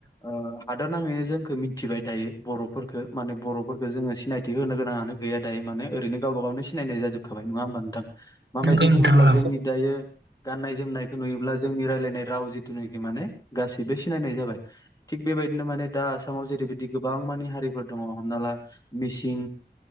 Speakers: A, on the left; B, on the right.
A: ओ हादर नाङैनो जोंखो मिनथिबाय दायो। बर'फोरखो माने बर'फोरखो जोङो सिनायथि होनो गोनांङानो गैया दायो माने ओरैनो गावबा गावनो सिनायनाय जाजोबखाबाय । नङा हबा नोंथां माबायदि
B: नंगौ नोंथां
A: बुङोब्ला
B: औ
A: जोंनि दायो गाननाय जोमनायखौ नुयोब्ला जोंनि रायलायनाय राव जिथुनाखि माने गासैबो सिनायनाय जाबाय थिख बे बेबायदिनो माने दा आसामाव जेरैबायदि गोबां माने हारिफोर दङ हमना ला मिसिं